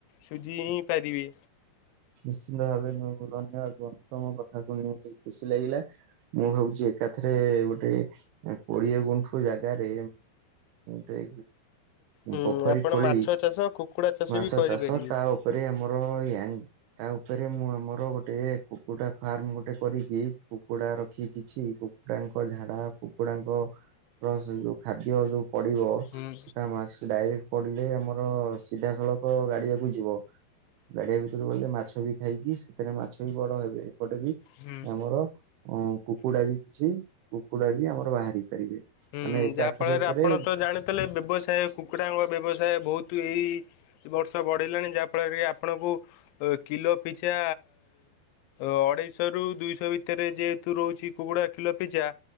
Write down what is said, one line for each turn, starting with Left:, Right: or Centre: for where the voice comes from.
Left: ସୁଝି ହିଁ ପାରିବେ।
Right: ନିଶ୍ଚିନ୍ତ ଭାବେ ଧନ୍ୟବାଦ ତମ କଥା ଶୁଣି ମତେ ଖୁସି ଲାଗିଲା। ମୁଁ ଭାବୁଚି ଏକାଥରେ ଗୋଟେ କୋଡିଏ ଗୁଣ୍ଠୁ ଜାଗାରେ ଟ
Left: ହୁଁ
Right: ପୋଖରୀ
Left: ଆପଣ
Right: ଖୋଳି
Left: ମାଛ ଚାଷ କୁକୁଡ଼ା ଚାଷ
Right: ମାଛ
Left: ବି କରିପାରିବେ
Right: ଚାଷ ତା ପରେ ଆମର ୟଙ୍ଗ ତା ଉପରେ ମୁଁ ଆମର ଗୋଟେ କୁକୁଡା ଫାର୍ମ ଗୋଟେ କରିକି କୁକୁଡା ରଖି କିଛି କୁକୁଡ଼ାଙ୍କ ଝାଡା କୁକୁଡ଼ାଙ୍କ ର ଯୋଉ ଖାଦ୍ୟ ଯୋଉ ପଢିବ
Left: ହୁଁ
Right: ସେଟା ଆମ ଆସି ଡାଇରେକ୍ଟ ପଡିଲେ ଆମର ସିଧାସଳଖ ଗାଡିଆକୁ ଯିବ। ଗାଡିଆକୁ ସେ ଗଲେ ମାଛ ବି ଖାଇକି ସେଥିରେ ମାଛ ବି ବଡ ହେବେ ଏପଟେ ବି
Left: ହୁଁ।
Right: ଆମର ଅ କୁକୁଡା ବି କିଛି କୁକୁଡା ବି ଆମର ବାହାରି ପାରିବେ।
Left: ହୁଁ
Right: ମାନେ ଏକାଥରେକରେ
Left: ଯାହା ଫଳରେ ଆପଣ ତ ଜାଣିଥିଲେ ବ୍ୟବସାୟ କୁକୁଡ଼ାଙ୍କ ବ୍ୟବସାୟ ବହୁତ ଏଇ ବର୍ଷ ବଢ଼ିଲାଣି ଯାହାଫଳରେ କି ଆପଣଙ୍କୁ ଓ କିଲୋ ପିଛା ଅଢେଇଶହ ରୁ ଦୁଇଶହ ଭିତରେ ଯେହେତୁ ରହୁଛି କୁକୁଡ଼ା କିଲୋ ପିଚା